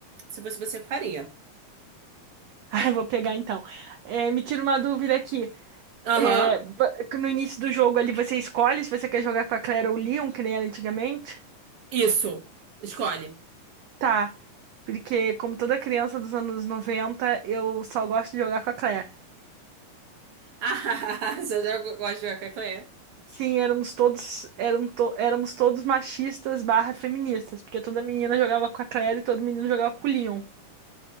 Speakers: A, on the right; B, on the right.
A: Se fosse você, faria.
B: Ah, eu vou pegar então. É, me tira uma dúvida aqui.
A: Aham,
B: É, ba- no início do jogo ali você escolhe se você quer jogar com a Claire ou o Leon, que nem era antigamente?
A: isso. Escolhe.
B: Tá. Porque, como toda criança dos anos noventa eu só gosto de jogar com a Claire.
A: Ah, <laughs> você já gosta de jogar com a Claire?
B: Sim, éramos todos, eram to- éramos todos machistas barra feministas, porque toda menina jogava com a Claire e todo menino jogava com o Leon.